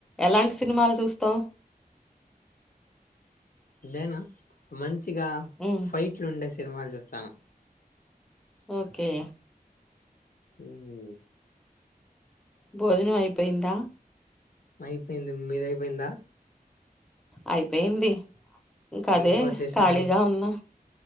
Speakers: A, in the centre; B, on the left.
A: ఎలాంటి సినిమాలు చూస్తావ్
B: నేనా మంచిగా
A: ఉమ్
B: ఫైట్లు ఉండేసి సినిమాలు చూస్తాను
A: ఓకే
B: ఉమ్
A: బోజనం అయిపోయిందా
B: అయిపోయింది మీది అయిపోయిందా
A: అయిపోయింది ఇంకా అదే
B: ఇంకోటి చేశారు
A: ఖాళీగా ఉన్నా